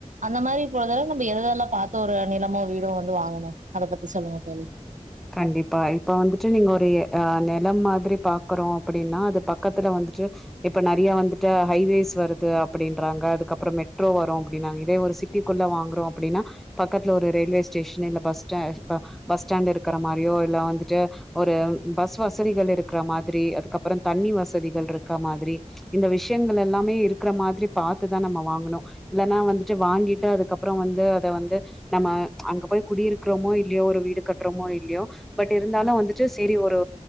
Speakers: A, on the right (about 80°); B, in the centre.
A: அந்த மாதிரி பொழுதுலா நம்ம எதெல்லா பாத்து ஒரு நிலமோ வீடோ வந்து வாங்கணு அத பத்தி சொல்லுங்க தோழி
B: கண்டிப்பா இப்ப வந்துட்டு நீங்க ஒரு எ அ நெலம் மாதிரி பாக்குறோ அப்டின்னா அது பக்கத்துல வந்துட்டு இப்ப நறைய வந்துட்டு ஹைவேஸ் வருது அப்டின்றாங்க அதுக் கப்பறோ மெட்ரோ வரு அப்டின்னாங்க இதே ஒரு சிட்டிக்குள்ள வாங்குறோ அப்டின்னா பக்கத்துல ஒரு ரயில்வே ஸ்டேஷன் இல்ல பஸ் ஸ ப பஸ் ஸ்டாண்ட் இருக்கிற மாரியோ இல்ல வந்துட்டு ஒரு பஸ் வசதிகள் இருக்கற மாதிரி அதுக்கப்பறோ தண்ணி வசதிகள் இருக்க மாதிரி இந்த விஷ்யங்கள் எல்லாமே இருக்குற மாதிரி பாத்துதா நம்ம வாங்கனு இல்லனா வந்துட்டு வாங்கிட்டு அதுக்கப்பறோ வந்து அத வந்து நம்ம அங்க போய் குடியிருக்றமோ இல்லயோ ஒரு வீடு கட்றமோ இல்லயோ பட் இருந்தாலு வந்துட்டு சேரி ஒரு